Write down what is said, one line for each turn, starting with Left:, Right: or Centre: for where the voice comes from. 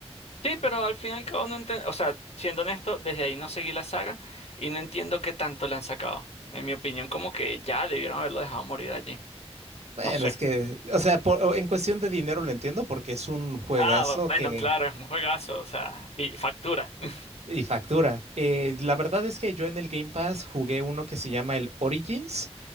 Left: Sí, pero al fin y al cabo no entiendo, o sea, siendo honesto, desde ahí no seguí la saga y no entiendo qué tanto le han sacado. En mi opinión, como que ya debieron haberlo dejado morir allí.
Right: Bueno,
Left: No sé.
Right: es que, o sea, por- en cuestión de dinero lo entiendo porque es un juegazo
Left: Ah, bueno,
Right: que
Left: claro, es un juegazo, o sea, vi- factura. <laughs>
Right: Y factura. Eh, la verdad es que yo en el Game Pass jugué uno que se llama el Origins,